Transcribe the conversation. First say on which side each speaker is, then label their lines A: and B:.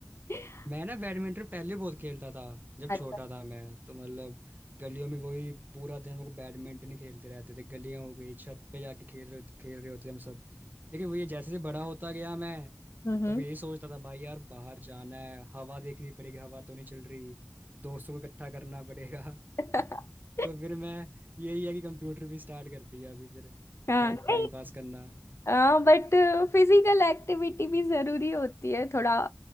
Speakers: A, on the left; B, on the right.
A: <laughs>
B: मैं ना बैडमिंटन पहले बहुत खेलता था जब
A: अच्छा
B: छोटा था मैं तो मतलब गलियों में वही पूरा दिन हम लोग बैडमिंटन ही खेलते रहते थे गलियां हो गई छत पे जाके खेल रहे खेल रहे होते हम सब लेकिन वो ये जैसे जैसे बड़ा होता गया मैं
A: हम्म
B: तो भी यही सोचता था भाई यार बाहर जाना है हवा देखनी पड़ेगी हवा तो नहीं चल रही दोस्तों को इकट्ठा करना पड़ेगा <laughs>
A: <laughs>
B: तो फिर मैं यही है कि कंप्यूटर भी स्टार्ट कर दिया अभी फिर अपना
A: हाँ नहीं
B: टाइम पास करना
A: हाँ बट फिजिकल एक्टिविटी भी जरूरी होती है थोड़ा